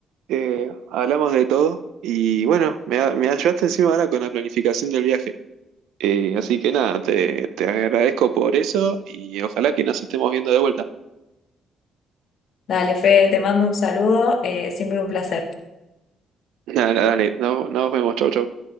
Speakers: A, on the right; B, on the left.
A: eh, hablamos de todo y bueno, me, a- me ayudaste encima ahora con la planificación del viaje. Eh, así que nada, te, te agradezco por eso y ojalá que nos estemos viendo de vuelta.
B: Dale, Fede, te mando un saludo. eh, siempre un placer.
A: <laughs> Nada, dale, nos, nos vemos, chau, chau.